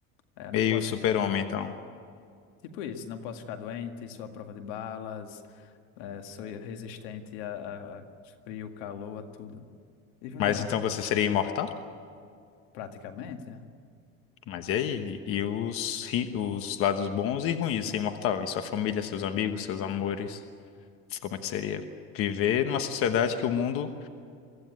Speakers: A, on the left; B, on the left.
A: É, não
B: Meio
A: posso
B: super-homem,
A: ficar.
B: então.
A: Tipo isso, não posso ficar doente, sou à prova de balas, eh, sou resistente a, a- a frio, calor, a tudo. E vulnerável,
B: Mas então você seria imortal?
A: praticamente, né?
B: Mas e aí? E os, ri- os lados bons e ruins de ser imortal? E sua família, seus amigos, seus amores? Como é que seria? Viver numa sociedade que o mundo